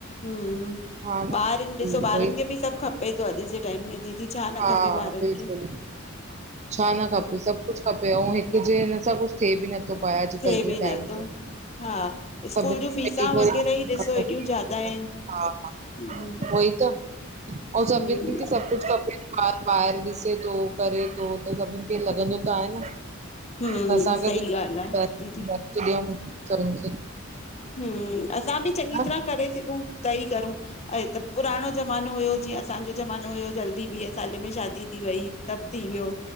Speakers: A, on the left; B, on the right.
A: हुम्म
B: हा न
A: ॿारइनि ॾिसो
B: उहोई
A: ॿारनि
B: त
A: खे बि सभु खपे थो। अॼु जे टाइम में दीदी छा न खपे।
B: हा
A: ॿारनि
B: बिल्कुलु
A: खे
B: छा न खपे सभु कुझु खपे ऐं हिकु जे हिन सां कुझु थिए बि नथो पाए। अॼुकल्ह
A: थिए बि
B: जे टाइम
A: नथो
B: ते,
A: हा स्कूल
B: सभिनि
A: जूं फीसां
B: खे मिली
A: वगैरह ई
B: करे
A: ॾिसो हेॾियूं ज्यादा आहिनि।
B: हा, हा-
A: हम्म
B: उहोई त अऊं सभीनि
A: हम्म
B: खे सभु कुझु खपे ॿारु ॿाहिरि ॾिसे तो, करे तो, सभिननि खे लॻंदो त आहे न।
A: हम्म
B: त असांखे
A: सही
B: बि
A: ॻाल्हि आ दीदी।
B: वक़्तु ॾियूं सभिनि खे <unintelligible>
A: हम्म असां बि चङी
B: हा
A: तरह करे सघूं। त ई करूं, ऐं त पुराणो जमानो हुयो जीअं असांजो जमानो हुयो जल्दी बी अ वीह साल में शादी थी वई, सब थी वियो